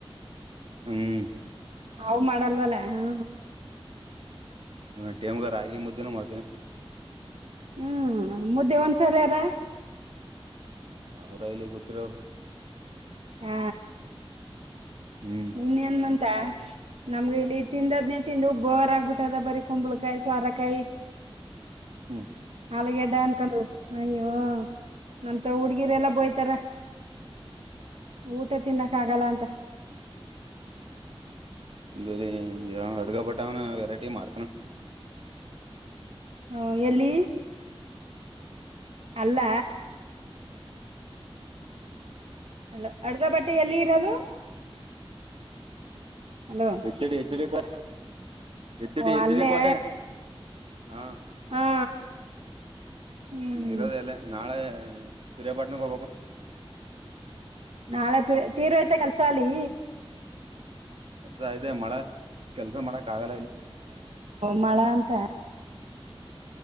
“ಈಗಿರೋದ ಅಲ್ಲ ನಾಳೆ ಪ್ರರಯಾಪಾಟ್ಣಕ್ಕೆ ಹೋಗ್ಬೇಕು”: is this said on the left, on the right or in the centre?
Right